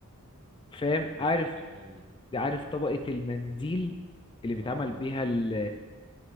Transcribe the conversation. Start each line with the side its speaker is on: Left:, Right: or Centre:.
Left: فاهم
Right: البسبوسه
Left: عارف
Right: لحوم
Left: عارف طبقة المنديل اللي بيتعمل
Right: اه
Left: بيها ال-